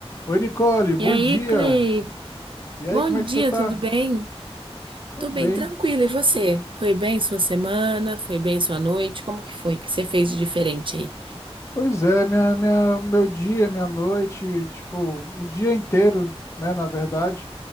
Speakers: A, on the left; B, on the right.
A: Oi, Nicole, bom
B: E aí,
A: dia.
B: Clay?
A: E aí,
B: Bom
A: como é que
B: dia,
A: você tá?
B: tudo bem?
A: Tô
B: Tô
A: bem.
B: bem, tranquilo. E você? Foi bem sua semana? Foi bem sua noite? Como que foi? O que você fez de diferente aí?
A: Pois é, minha, minha, meu dia, minha noite, tipo, o dia inteiro, né, na verdade,